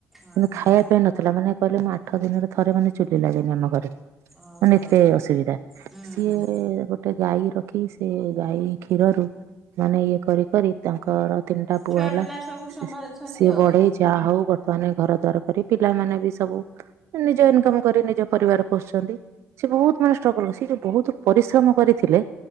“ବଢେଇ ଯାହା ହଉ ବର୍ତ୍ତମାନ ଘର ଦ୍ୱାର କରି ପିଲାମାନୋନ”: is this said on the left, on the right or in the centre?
Right